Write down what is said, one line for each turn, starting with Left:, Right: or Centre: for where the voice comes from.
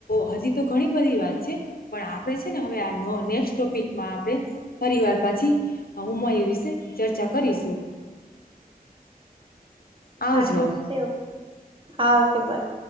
Left: હજી તો ઘણી બધી વાત છે પણ આપણે છે ને હવે આ નેક્સ્ટ ટોપિકમાં આપણે ફરી વાર પાછા હુમાયુએ વિશે ચર્ચા કરીશું. આવજો
Right: હા ઠીક છે, હા ઓકે બાય.